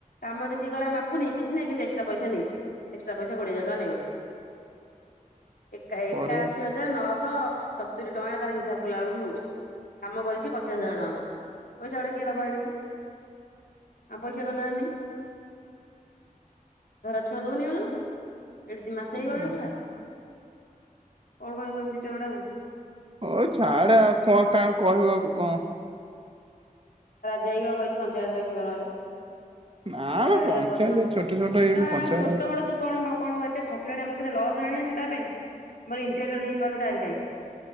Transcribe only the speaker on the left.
କାମ ଯେତିକି ଗଲା ମାପୁନେଇ କିଛି ନାହିଁ କିନ୍ତୁ ଏସଟ୍ରା ପଇସା ନେଇଚି। ଏକ୍ସଟ୍ରା ପଇସା କୋଡ଼ିଏ ହଜାର ଟଙ୍କା ନେଇଗଲା ଏକା ଏକାଅଶି
ହ ଜାର ନଅଶ ସତୁରି ଟଙ୍କା ତାର ହିସାବ କଲା ଅଳୁକୁ ହଉଛି। କାମ କରିଛି ପଚାଶ ହଜାର ଟଙ୍କାର ପଇସା ଅଡ଼ା କିଏ ଦବ ଏଇନିକା? ଆମ ପଇସା ଗଲା ନା ନାଇ? ଧରା ଛୁଆ ଦୋଉନେଇ ଆଳରୁ ଏଠି ଦି ମାସେ ହେଇଗଲାଣି
ପୁରା। କଣ କହିବୁ ଏମିତି ଚୋରାଟାକୁ?
ରାଜା ହାଇକି ବା କହିଚି ପଞ୍ଚାୟତ ଡାକିବ ନହେଲେ।
ଆରା
ଏଡ଼େ
ବଦମାସ୍
ଆ
କା ଆଡ଼େ
ଛୋଟ ମଡ଼ ତୁ କଣ ବା କଣ ବା କେ ଠକିଲାଣି ଆମର କେତେ ଲସ୍ ହେଣି ଆଣିଚୁ ତା ପାଇଁ ଆମର ଇଣ୍ଟେରିୟର୍ ହେଇପାରୁନି ତାରି ପାଇଁ।